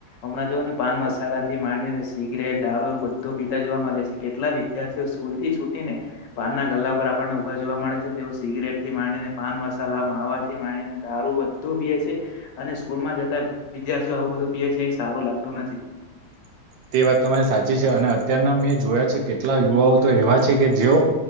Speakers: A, on the left (about 70°); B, on the right (about 75°).
A: હમણાં જોવા ને પાન મસાલા થી માંડી ને સિગરેટ દારૂ એવું બધું પીતા જોવા મળે છે કેટલા વિદ્યાર્થીઓ સ્કૂલ થી છૂટી ને પાન ના ગલ્લા ઉપર આપણને ઉભા જોવા મળે છે તેઓ સિગરેટ થી માંડીને પાન મસાલા, માવા થી માણીને દારૂ બધું પીએ છે અને સ્કૂલ માં જતા વિદ્યાર્થીઓ આવું બધું પીએ છે એ સારું લાગતું નથી.
B: <inaudible> તે વાત તમારી સાચી છે. અને અત્યારના મે જોયા છે કેટલા યુવાઓ તો એવા છે કે જેઓ